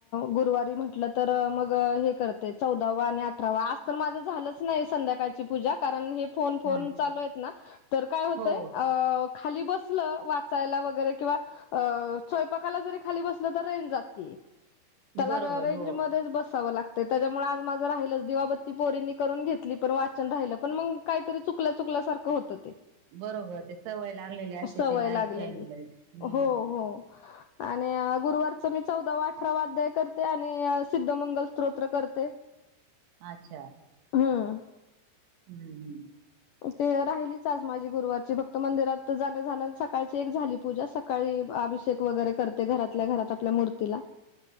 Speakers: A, on the left; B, on the right.
A: गुरुवारी म्हटलं तर मग हे करते, चौदावा आणि अठरावा. आ तर माझं झालंच नाही संध्याकाळची पूजा, कारण हे फोन-फोन
B: हा
A: चालू आहेत ना, तर काय होतंय,
B: हो
A: अ खाली बसलं वाचायला वगैरे किंवा, अं स्वयपाकाला खाली बसलं तर रेंज जातीय, त्याला
B: बरोबर
A: रेंज
B: हो
A: मध्येच बसावं लाग ते त्याच्यामुळे आज माझं राहिलंच. दिवाबत्ती पोरींनी करून घेतली पण वाचन राहिलं, पण मग काहीतरी चुकल्या चुकल्यासारखं होतं ते.
B: बरोबर ते सवय लागलेली असते
A: सवय
B: ते नाही
A: लागलेली
B: चेंज होत. हम्म.
A: हो हो आणि गुरुवारचं मी चौदावा अठरावा अध्याय करते आणि सिद्ध मंगल स्तोत्र करते.
B: अच्छा!
A: हम्म.
B: हम्म.
A: ते राहिलीच आज माझी गुरुवारची. फक्त मंदिरात जाणं झालं आणि सकाळची एक झाली. पूजा, सकाळी अभिषेक वगैरे करते घरातल्या घरात आपल्या मूर्तीला